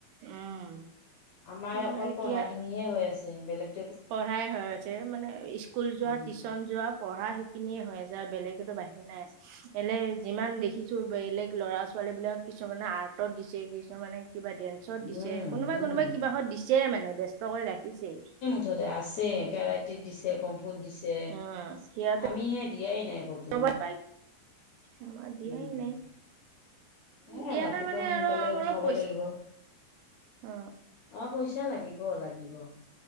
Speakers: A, on the right (about 80°); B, on the left (about 70°).
A: উম
B: আমাৰ
A: বোলো
B: অকল
A: এতিয়া
B: পঢ়াখিনিহে হৈ আছে বেলেগ
A: পঢ়াই হৈ আছে মানে স্কুল যোৱা
B: উম
A: টিউচন যোৱা পঢ়া সে সেখিনিয়ে হৈ আছে আৰু বেলেগেতো বাহিৰি নাই এনে যিমান দেখিছো বেলেগ ল'ৰা ছ ছোৱালী বিলাক কিছুমানে আৰ্টত দিছে কিছুমানে কিবা ডেন্সত
B: উম
A: দিছে
B: উম
A: কোনোবা-কোনোবা
B: উম
A: কিবাহত দিছে ছে মানে ব্যস্ত কৰি ৰাখিছেই৷
B: পছতে আছে কেৰাইটিত দিছে কমফুট দিছে
A: উম সিহঁতে
B: আমি সে দিয়াই নাই ক'তো৷
A: কৰবাত পাই আমাৰ
B: উম
A: দিয়াই নাই৷
B: এ
A: দিয়া
B: ৰাতিপুৱা
A: নাই মানে
B: সোনকালে
A: আৰু
B: উঠাব
A: অলপ পইচা
B: লাগিব৷
A: অ
B: অ পইচা লাগিব-লাগিব৷